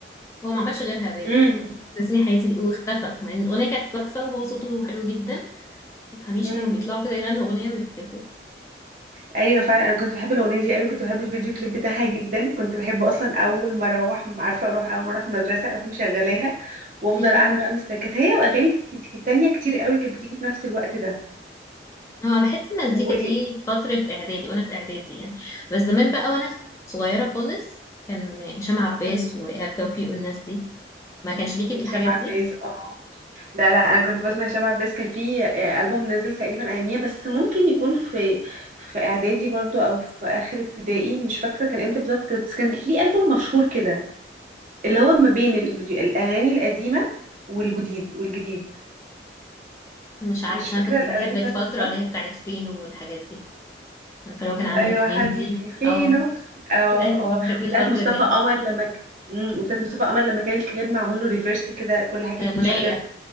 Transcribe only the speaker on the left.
وهو ما عملش غيرها باين
فاهمة؟ بتنسيني حياتي دي واختفى مع إن الأغنية كانت تحفة وهو صوته حلو جدا ما تفهميش
كانوا بيطلعوا كده يغنوا أغنية ويختفوا
أيوة
هو بحس المزيكا
دي فترة إعدادي وأنا في إعدادي يعني بس زمان بقى وأنا في- صغيرة خالص كان هشام عباس
وإيهاب توفيق والناس دي ما كانش ليكي
في الحاجات
دي
مش عارفة
بس
أنا كنت
بحب الفترة
اللي هي بتاعت فينو والحاجات دي عارفة اللي هو
كان عامل الهندي
اه
أيوة
بحب
الفترة
دي
آه،
منايا